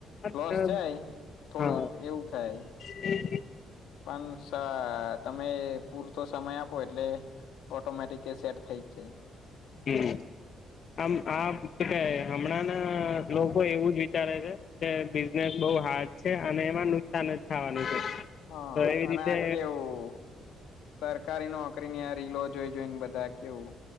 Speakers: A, on the left; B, on the left.
A: હા
B: લોસ જાય થોડોક
A: આમ આ
B: એવું થાય.
A: હમ <unintelligible>
B: પણ તમે પૂરતો સમય આપો એટલે. ઓટોમેટિક એ સેટ થઈ જાય.
A: હમ્મ આમ આ તો ક હમણાંના લોકો એવું જ વિચારે છે. કે બિઝનેસ બહુ હાર્ડ છે અને એમાં નુકસાન જ થાવાનું છે.
B: હા
A: તો એવી
B: અને
A: રીતે
B: આ કેવું. સરકારી નોકરીની આ રીલો જોઈ જોઈને બધા કેવું